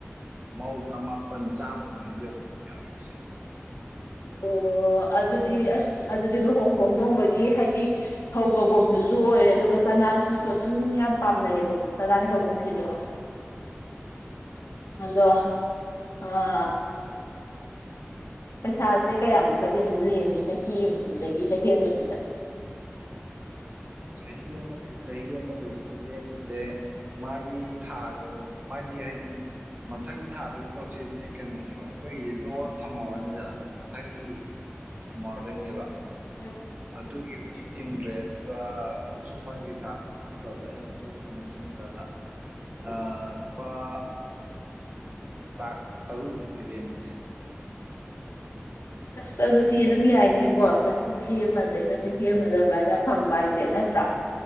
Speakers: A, on the right; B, on the left.
A: ꯃꯧꯗ꯭ꯔꯥ ꯃꯥꯄꯜ ꯆꯥꯝꯃ ꯑꯗꯨꯃꯥꯏꯅ ꯌꯧꯕ ꯑꯗꯨꯝ ꯌꯥꯎꯋꯦ ꯁꯦ
B: ꯑꯣ ꯑꯗꯨꯗꯤ ꯑꯁ ꯑꯗꯨꯗꯤ ꯂꯨꯍꯣꯡ ꯈꯣꯡ ꯗꫭꯡꯕꯒꯤ ꯍꯥꯏꯗꯤ ꯐꯧ ꯀꯧꯕꯕꯣꯛꯇꯨꯁꯨ ꯑꯣꯏꯔꯦ ꯑꯗꯨꯒ ꯆꯅꯥꯟꯁꯤꯁꯨ ꯑꯗꯨꯝ ꯃꯤ ꯌꯥꯝ ꯄꯥꯝꯅꯩꯑꯕ ꯆꯅꯥꯟ ꯀꯣꯛꯁꯤꯁꯨ ꯃꯗꯣ ꯑꯥ ꯄꯩꯁꯥꯁꯦ ꯀꯌꯥꯃꯨꯛꯀꯗꯤ ꯑꯗꯨꯝ ꯂꯦꯝꯃꯤ ꯆꯍꯤ ꯑꯃꯁꯤꯗꯒꯤ ꯆꯍꯤ ꯑꯃꯁꯤꯗ
A: ꯆꯍꯤ ꯑꯃꯗꯩ ꯆꯍꯤ ꯑꯃꯗꯩꯁꯦ ꯂꯦꯝꯃꯤꯁꯦ ꯃꯥꯒꯤ ꯊꯥꯈꯕꯣ ꯃꯥꯒꯤ ꯍꯥꯏꯗꯤ ꯃꯊꯪ ꯊꯥꯗꯣꯏ ꯄꯣꯠꯁꯦ ꯏꯆ‌ꯦ ꯀꯩꯅꯣꯅꯦꯕ ꯑꯩꯈꯣꯏꯒꯤꯁꯦ ꯂꯣꯛꯑ ꯊꯝꯃꯧꯔꯅꯤꯗꯅ ꯃꯊꯪꯒꯤ ꯊꯝꯍꯧꯔꯗꯣꯏꯅꯦꯕ
B: ꯎꯝ
A: ꯑꯗꯨꯒꯤ ꯍꯧꯖꯤꯛ ꯇꯤꯡꯗ꯭ꯔꯦ ꯑꯗꯨ ꯈꯨꯠꯁꯨꯃꯟ ꯀꯩꯀꯥ ꯄꯤꯊꯣꯛꯈ꯭ꯔ ꯂꯣꯏꯅ ꯄꯤꯊꯣꯛꯈ꯭ꯔ ꯃꯇꯨꯡꯗꯒ ꯑ ꯂꯨꯄꯥ ꯂꯥꯛ ꯇꯔꯨꯛꯃꯨꯛꯇꯤ ꯂꯝꯃꯤ ꯏꯆ‌ꯦ
B: ꯑꯁ ꯑꯗꯨꯗꯤ ꯑꯗꯨꯝ ꯌꯥꯏꯅꯦꯀꯣ ꯆꯍꯤ ꯑꯃꯗꯩꯅ ꯆꯍꯤ ꯑꯃꯗ ꯑꯗꯨꯃꯥꯏꯅ ꯐꯪꯕ ꯍꯥꯏꯁꯦ ꯅꯠꯇ꯭ꯔꯥ